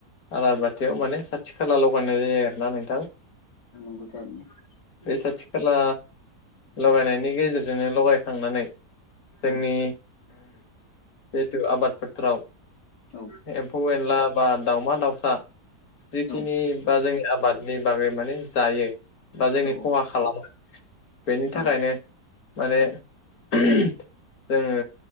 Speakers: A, on the left; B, on the left.
A: आलार बाथियाव माने साथि खाला ल'गायनाय जायो आरो ना नोंथां
B: आगुथारनो <unintelligible>
A: बे साथि खाला लगायनायनि गेजेरजोंनो लगायखांनानै जोंनि
B: औ
A: जेथु आबाद फोथाराव
B: औ
A: एम्फौ एनला बा दाउमा दाउसा जिखिनि
B: औ
A: बा जोंनि आबादनि बागै माने जायो बा जोंनि
B: औ
A: खहा खालामा बेनि
B: औ
A: थाखायनो माने जोङो